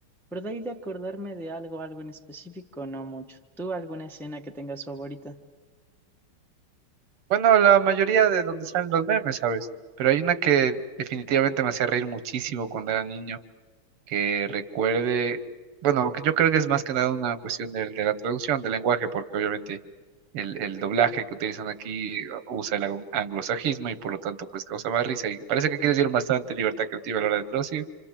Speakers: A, in the centre; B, on the right.
A: Pero de ahí de acordarme de algo, algo en específico, no mucho. ¿Tú alguna escena que tengas favorita?
B: Bueno, la mayoría de donde salen los memes, ¿sabes? Pero hay una que definitivamente me hacía reír muchísimo cuando era niño, que recuerde, bueno, que yo creo que es más que nada una cuestión del- de, la traducción, del lenguaje, porque obviamente el, el doblaje que utilizan aquí eh, usa el ang- anglosajismo y por lo tanto pues causa más risa y parece que quiere decir bastante libertad creativa a la hora de traducir.